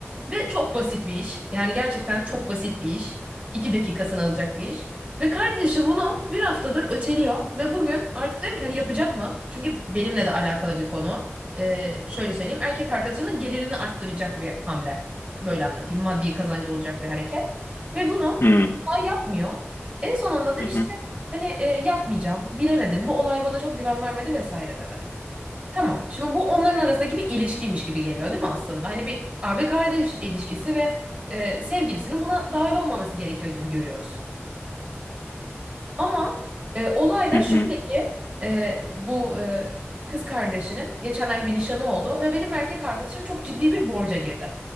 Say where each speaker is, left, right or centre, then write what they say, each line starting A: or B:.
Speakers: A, on the right (about 30°); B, on the left (about 65°).
A: Ve çok basit bir iş. Yani gerçekten çok basit bir iş. İki dakikasını alacak bir iş. Ve kardeşi bunu bir haftadır öteliyor ve bugün artık dedim ki hani yapacak mı? Çünkü benimle de alakalı bir konu. Ee, şöyle söyleyeyim erkek arkadaşının gelirini arttıracak bir hamle. Böyle anlatayım maddi kazancı olacak bir hareket. Ve bunu
B: Hmm.
A: asla yapmıyor. En sonunda da
B: Hı
A: işte
B: hı.
A: hani e, yapmayacağım bilemedim bu olay bana çok güven vermedi vesaire dedi. Tamam. Şimdi bu onların arasındaki bir ilişkiymiş gibi geliyor değil mi aslında? Hani bir abi kardeş ilişkisi ve e, sevgilisinin buna dahil olmaması gerekiyor gibi görüyoruz. Ama e, olay da
B: Hı hı.
A: şöyle ki e, bu e, kız kardeşinin geçenlerde bir nişanı oldu ve benim erkek arkadaşım çok ciddi bir borca girdi.